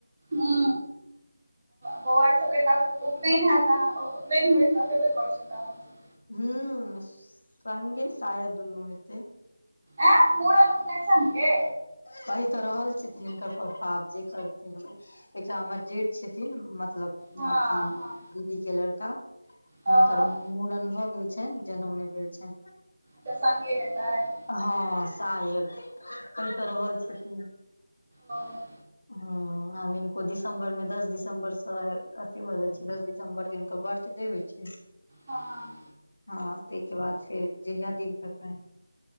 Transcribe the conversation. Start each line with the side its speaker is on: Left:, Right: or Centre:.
Right: हु। बोआ आर सब के त उपनैन हेत, ओ उपनेेन हेबे करै छै ब्राम्हण सब
Left: हू संगे सायद दूनू हेतै।
Right: ए मूड़न उपनैन संगे।
Left: कैह तऽ रहल छथिन हिनकर पप्पा आब जे करथिन। एकटा हमर जेठ छथिन मतलब
Right: हँ
Left: दादी,
Right: हँ
Left: दीदी के लड़का
Right: हँ
Left: हुनकर मूड़न भ गेल छैन। जनऊ नै भेले छैन।
Right: त संगे हेताय?
Left: हँ सायद कहि तऽ रहल
Right: ओ
Left: छथिन।
Right: हँ।
Left: ह आब हिनको दिसम्बर में, दस दिसम्बर स अथी भऽ जाय छै, दस दिसम्बर के हुनकर बर्थ से होय छै,
Right: अच्छा,
Left: हँ तै के बाद फेर जहिया दिन तकाय।